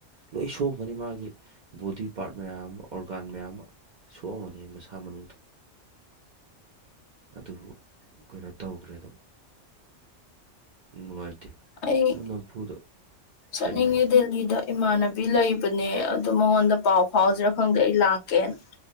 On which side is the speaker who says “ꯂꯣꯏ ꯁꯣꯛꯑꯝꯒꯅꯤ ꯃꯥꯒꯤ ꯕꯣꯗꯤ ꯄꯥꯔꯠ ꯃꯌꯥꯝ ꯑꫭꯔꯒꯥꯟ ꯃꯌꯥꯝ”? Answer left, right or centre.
Right